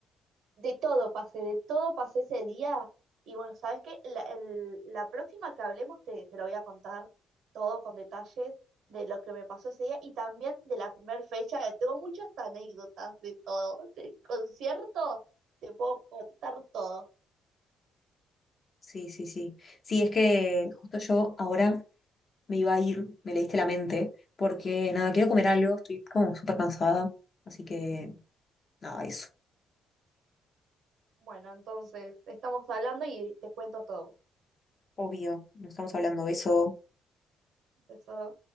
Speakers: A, on the right (about 75°); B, on the left (about 40°).
A: de todo pasé, de todo pasé ese día. Y bueno, ¿sabes qué? La, el- la próxima que hablemos te, te lo voy a contar todo con detalles de lo que me pasó ese día y también de la primera fecha. que Tengo muchas anécdotas de todo, del concierto, te puedo contar todo.
B: Sí, sí, sí. Sí, es que justo yo ahora me iba a ir, me leíste la mente, porque nada, quiero comer algo, estoy como súper cansada, así que nada, eso.
A: Bueno, entonces estamos hablando y te cuento todo.
B: Obvio, no estamos hablando de eso
A: Eso.